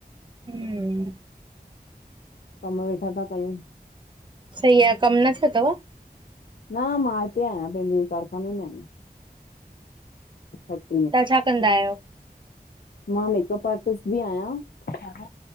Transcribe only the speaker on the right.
हम्म।
सही आ, कम न थ्यो तव?
तव्हां छा कंदा आहियो?